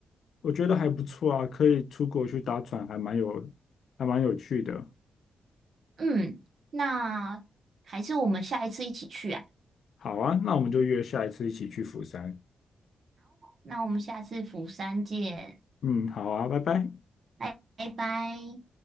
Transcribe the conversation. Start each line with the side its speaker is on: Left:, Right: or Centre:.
Left: 我觉得还不错啊，可以出国去搭船，还蛮有，还蛮有趣的。
Right: 嗯，那还是我们下一次一起去啊。
Left: 好啊，那我们就约下一次一起去釜山。
Right: 那我们下次釜山见，
Left: 嗯，好啊，拜拜。
Right: 拜拜拜